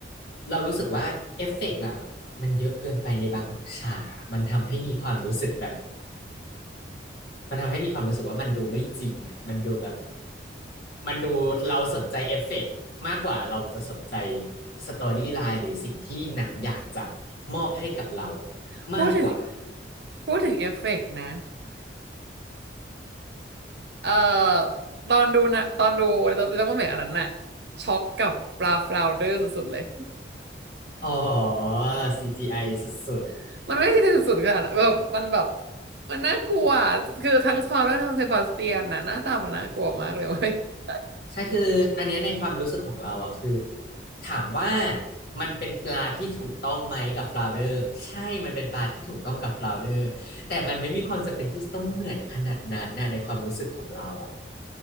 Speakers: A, on the left (about 60°); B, on the right (about 70°).
A: เรารู้สึกว่าเอฟเฟกต์อะมันเยอะเกินไปในบางฉากอะมันทำให้มีความรู้สึกแบบ มันทำให้มีความรู้สึกว่ามันดูไม่จริงอ่ะมันดูแบบมันดูเราสนใจเอฟเฟกต์มากกว่าเราจะสนใจสตอรี่ไลน์หรือสิ่งที่หนังอยากจะมอบให้กับเราอะมากกว่า
B: <laughs> พูดถึงพูดถึงเอฟเฟกต์นะ เอ่อตอนดูนะตอนดูเรื่องว่าเหมือนอันนั้นน่ะช็อกกับปลาฟลาวเดอร์สุดๆเลย
A: อ๋อ CGI สุด
B: <laughs> มันไม่ใช่สุดๆขนาดนั้นแบบมันแบบมันน่ากลัวอะคือทั้งฟลาวแลทั้งเซบาสเตียนน่ะหน้าตามันน่ากลัวมากเลยเว้ย <laughs>
A: ๆใช่คืออันเนี้ยในความรู้สึกของเราอะคือถามว่ามันเป็นปลาที่ถูกต้องไหมกับฟลาวเดอร์ใช่ มันเป็นปลาที่ถูกต้องกับฟลาวเดอร์แต่มันไม่มีความจำเป็นที่ต้องเหมือนขนาดนั้นนะในความรู้สึกของเราอะ